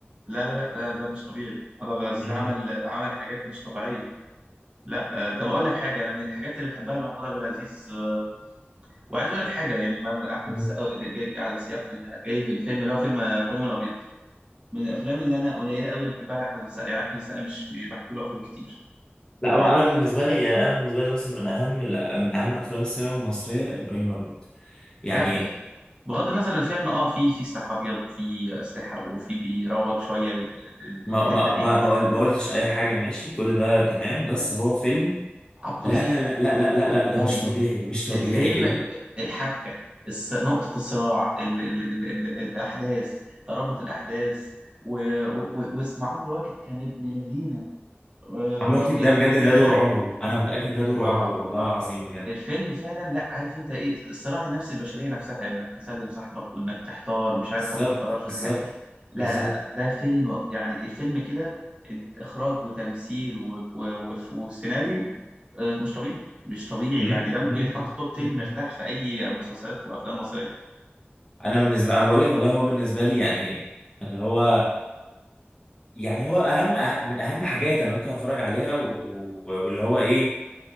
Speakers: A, on the right (about 25°); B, on the left (about 20°).
A: لا لا لا ده ده مش طبيعي محمود عبد العزيز
B: لا
A: عمل عمل حاجات مش طبيعيه لا آه طب اقول لك حاجه انا من الحاجات اللي بحبها لمحمود عبد العزيز آه وعايز اقول لك حاجه يعني ما- احمد
B: مم.
A: السقا جاي جاي على سياق ال- جاي في الفيلم اللي هو فيلم آه، ابراهيم الابيض من الافلام اللي انا قليله قوي اللي بحبها لاحمد السقا يعني احمد السقا مش مش بحب له افلام كتير يعني
B: لا هو
A: عم-
B: انا بالنسبه لي يعني انا بالنسبه لي بس من اهم من اهم افلام السينما المصريه ابراهيم الابيض يعني
A: لا ده بغض النظر ان الفيلم اه في في سلاح ابيض وفي اسلحه وفي بيروج شويه لل- لل-
B: ما
A: للحته
B: ما
A: دي
B: ما ما قل- ما قلتش اي حاجه ماشي كل ده تمام بس هو فيلم
A: عبقري
B: لا لا لا لا لا لا
A: عبقري
B: لا ده مش طبيعي مش طبيعي
A: الفيلم
B: ال-
A: الحبكه الص- نقطه الصراع ال ال ال ال الاحداث ترابط الاحداث و- و- و- واسم عمرو واكد كان ابن لذينه آه،
B: عمرو
A: الفيلم
B: واكد ده بجد
A: فعلا
B: ده دور عمره انا متاكد ده دور
A: اه
B: عمره والله
A: اه
B: العظيم بجد
A: الفيلم فعلا لا عارف انت ايه الصراع النفسي البشريه نفسها انك تسلم صاحبك وانك تحتار مش عارف
B: بالظبط
A: تاخد قرار في
B: بالظبط
A: الحاجه لا
B: بالظبط
A: لا لا ده فيلم يعني الفيلم كده انت اخراج وتمثيل و... و... و... وسيناريو آه، مش طبيعي مش طبيعي
B: مم.
A: يعني ده ممكن
B: مم.
A: يتحط توب 10
B: مم.
A: مرتاح في اي مسلسلات وافلام مصريه
B: انا بالنسبه انا بقول لك والله هو بالنسبه لي يعني اللي هو يعني هو اهم أه- من اهم حاجات انا ممكن اتفرج عليها و- و- واللي هو ايه